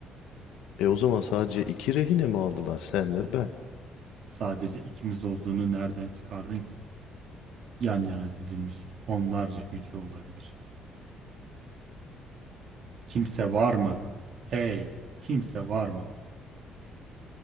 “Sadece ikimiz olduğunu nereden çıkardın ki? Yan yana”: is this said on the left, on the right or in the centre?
Right